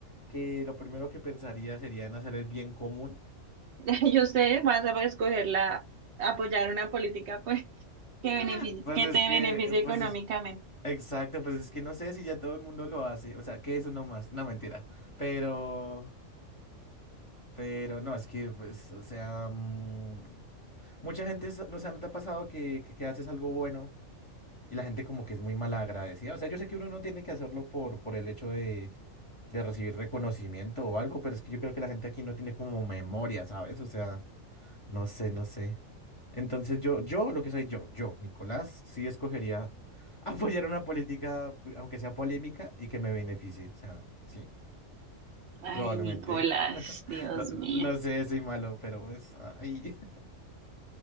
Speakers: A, on the left; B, on the right.
A: que lo primero que pensaría sería en hacer el bien común.
B: <laughs> Yo sé, vas a escoger la, apoyar una política, pues, que beneficie,
A: <laughs> Pues
B: que
A: es
B: te
A: que,
B: beneficie económicamente.
A: pues es, exacto, pues es que no sé si ya todo el mundo lo hace, o sea, que eso no más, no mentira, pero, pero no, es que, pues, o sea, mm, mucha gente, es- no, o sea, ¿no te ha pasado que, que, que haces algo bueno? Y la gente como que es muy mal agradecida. O sea, yo sé que uno no tiene que hacerlo por, por el hecho de, de recibir reconocimiento o algo, pero es que yo creo que la gente aquí no tiene como memoria, ¿sabes? O sea, no sé, no sé. Entonces yo, yo, lo que soy yo, yo, Nicolás, sí escogería <laughs> apoyar una política, aunque sea polémica, y que me beneficie. O sea, sí,
B: Ay,
A: probablemente.
B: Nicolás,
A: <laughs>
B: Dios
A: Lo,
B: mío.
A: lo sé, soy malo, pero pues, ay.